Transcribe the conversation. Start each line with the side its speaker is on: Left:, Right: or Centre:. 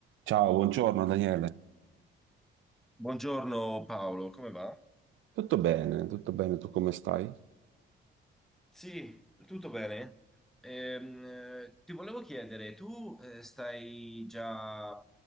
Right: Ciao, buongiorno Daniele.
Centre: Buongiorno Paolo, come va?
Right: Tutto bene, tutto bene, tu come stai?
Centre: Sì, Tutto bene? Ehm, eh, ti volevo chiedere, tu eh, stai già